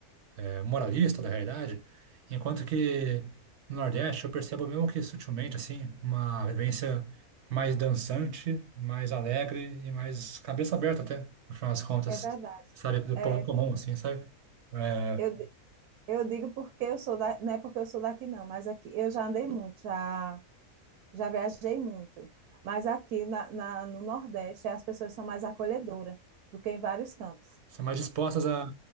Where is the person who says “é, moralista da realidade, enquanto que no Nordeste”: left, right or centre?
Right